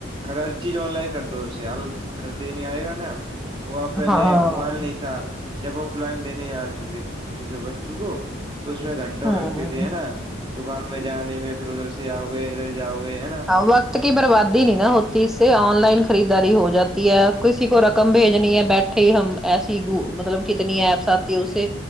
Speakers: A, on the right; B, in the centre.
A: ہر چیز آن لائن کر دو اسے حال کردنے آئے گا نا وہ آپ پہلے
B: ہاں
A: موبائل نہیں تھا جب آف لائن لینے ج رہے تھے تھے کسی وستو کو تو اس میں گھنٹوں
B: ہاں
A: لگتی تھے ہے نا دکان میں جانے میں پھر ادھر سے آؤئے ادھر جاؤ گے ہے نا
B: وقت کی بربادی نہیں نا ہوتی اس سے آن لائن خریداری ہو جاتی ہے کسی کو رقم بھیجنی ہے بیٹھ ہم ایسی گ مطلب کتنی ایپس آتی ہے اس سے